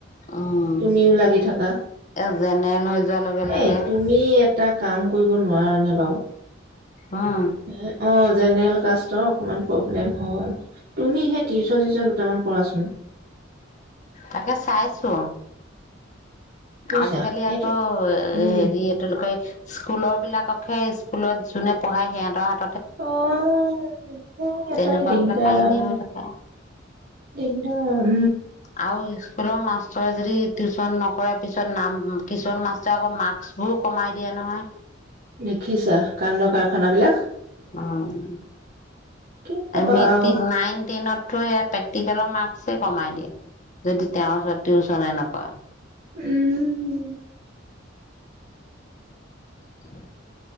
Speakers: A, on the left; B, on the right.
A: উম।
B: তুমিও লাগি থাকা
A: এ জেনেৰেল হৈ যোৱাৰ লগে লগে
B: এ তুমি এটা কাম কৰিব নোৱাৰ নোৱাৰা নে বাৰু
A: উম
B: হ অ জেনেৰেল কাষ্টৰ অকমান প্ৰবলেম হয় তুমি সেই টিউচন চিওচন দুটামান কৰাচোন
A: তাকে চাইছো
B: বুজিছা
A: আজিকালি
B: এইটো
A: আকৌ হেৰি
B: উম
A: এইটো কয় স্কুলৰ বিলাককহে স্কুলত যোনে পঢ়ায় সিহঁতৰ হাত
B: আহ
A: তেনেকুৱা
B: এটাই দিগদাৰ
A: বিলাক কাহিনী হৈ থাকে
B: নিন্ত <unintelligible>
A: আৰু স্কুলৰ মাষ্টৰে যদি টিউচন নকৰ পিছত নাম কিছুমান মাষ্টৰে আকৌ মাৰ্কচবোৰ কমাই দিয়া নহয়
B: দেখিছা কান্দ কাৰখানা বিলাক
A: উম,
B: কি কবা
A: মেট্ৰিক
B: আৰু
A: নাইন টেনত প্ৰেক্টিকেলৰ মাৰ্ক্সে কমাই দিয়ে যদি তেওঁৰ ওচৰত টিউচনে নকৰা
B: উম
A: কি <unintelligible>